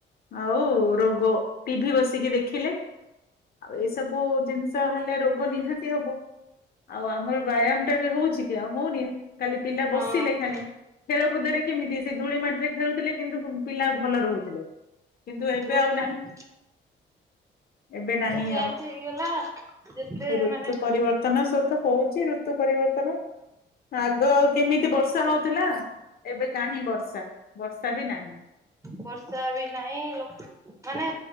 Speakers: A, on the left; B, on the right.
A: ଆଉ ରୋଗ, ଟି ଭି ବସିକି ଦେଖିଲେ, ଆଉ ଏସବୁ ଜିନିଷ ଲେ ରୋଗ ନିହାତି ହବ, ଆଉ ଆମର ବ୍ୟାୟାମ ଟା ବି ହଉଛି କି ଆଉ ହଉନି। କାଲି ପିଲା
B: ହଁ
A: ବସିଲେ ଖାଲି। ଖେଳକୁଦରେ କେମିତି ସେ ଧୂଳି ମାଟିରେ ଖେଳୁଥିଲେ କିନ୍ତୁ ପିଲା ଭଲ ରହୁଥିଲେ। କିନ୍ତୁ ଏବେ
B: ଧୂଳି
A: ଆଉ
B: ମାଟି
A: ନାହିଁ। ଏବେ ନାହିଁ
B: ଚେଞ୍ଜ
A: ଆଉ
B: ହେଇଗଲା। ଯେତେ
A: ଋତୁ
B: ମାନେ
A: ପରିବର୍ତ୍ତନ ସହିତ୍ ହଉଛି, ଋ ରୂତୁ ପରିବର୍ତ୍ତନ, ଆଗ କେମିତି ବର୍ଷା ହଉଥିଲା ଏବେ କାହିଁ ବର୍ଷା, ବର୍ଷା ବି ନାହିଁ।
B: ବର୍ଷା ବି ନାହିଁ ଲୋକ ମାନେ